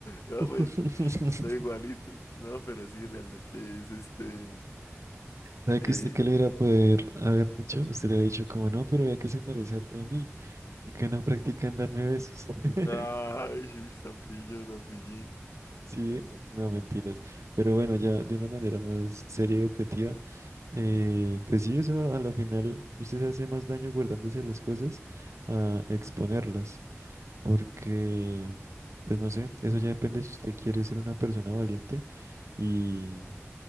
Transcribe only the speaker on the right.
<laughs>
¿Sabe
que usted qué le iba a poder haber dicho? Usted le ha dicho como no, pero vea que se parece harto a mí. y que no practican darme besos? <laughs>
Sí,
¿eh?
no, mentiras. Pero bueno, ya de una manera más seria y objetiva, eh, pues sí, eso a la final usted se hace más daño guardándose las cosas a exponerlas. Porque, pues no sé, eso ya depende si usted quiere ser una persona valiente y,